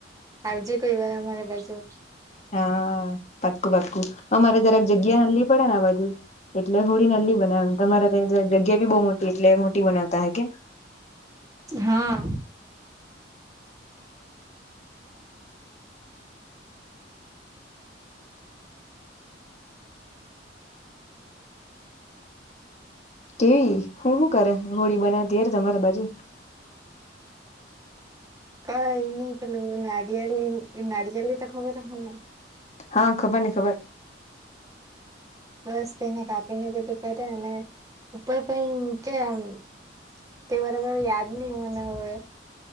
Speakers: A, on the right; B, on the left.
A: આવ જે કે અમારા બાજું
B: હા પાક્કું પાક્કું અ મારે જરાક જગ્યા નલી પડે ને આ બાધુ એટલે હોડી નલી બનાવે એ તમારે ત્યા જગ્યા ભી બહુ મોટી એટલે મોટી બનાવતા હે કે
A: હા
B: કેવી હું શું કરે હોળી બનાવતી યાર તમારી બાજુ <inaudible>
A: ક એ ન પેલું નારિયલી નાડિયળ તો ખબર હ ને.
B: હા ખબર ને ખબર.
A: બસ તેને કાપીને બધું કરે અને ઉપર પણ મૂકે આમ. તે બરાબર યાદ નહી મના હવે.